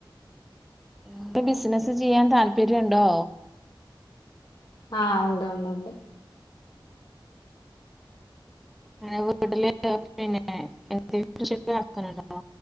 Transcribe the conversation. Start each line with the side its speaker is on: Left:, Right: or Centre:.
Centre: ഇപ്പ ബിസിനസ് ചെയ്യാൻ താല്പര്യംുണ്ടോ
Left: ആഹ് ഉണ്ട് ഉണ്ട് ഉണ്ട്
Centre: അനെ വീട്ടില് പിന്നെ എന്തേലും ശെരിയാക്കാനണ്ടാ